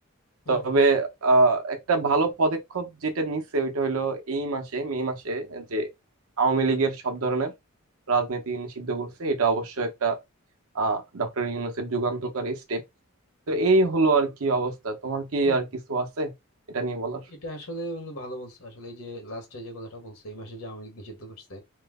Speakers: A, on the left (about 80°); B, on the right (about 80°).
A: হুম
B: তবে
A: হুম।
B: আহ, একটা ভালো পদক্ষেপ যেটা নিচ্ছে ওইটা হলো এই মাসে মে মাসে যে আওয়ামী লীগের সব ধরনের রাজনীতি নিষিদ্ধ করছে এটা অবশ্য একটা আহ ডক্টর ইউনূসের যুগান্তকারী স্টেপ তো এই হলো আর কি অবস্থা তোমার কি
A: হুম,
B: আর কিছু আছে এটা নিয়ে বলার
A: এটা আসলে বন্ধু ভালো বলছো আসলে এই যে লাস্টে যে কথাটা বলছে এই মাসে যে আওয়ামী লীগ নিষিদ্ধ করছে